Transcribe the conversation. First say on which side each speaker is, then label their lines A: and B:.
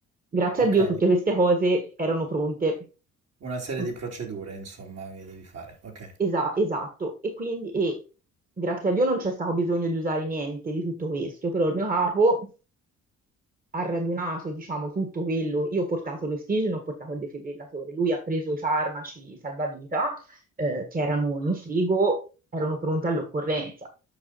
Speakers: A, on the right; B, on the right.
A: grazie
B: Ok.
A: a Dio tutte queste cose erano pronte.
B: Una serie
A: Tut-
B: di procedure, insomma, che devi fare. Ok,
A: esa- esatto, e quindi e grazie a Dio non c'è stato bisogno di usare niente di tutto questo, però il mio capo ha radunato, diciamo, tutto quello. Io ho portato l'ossigeno, ho portato il defibrillatore. Lui ha preso i farmaci salvavita, eh, che erano in frigo, erano pronti all'occorrenza.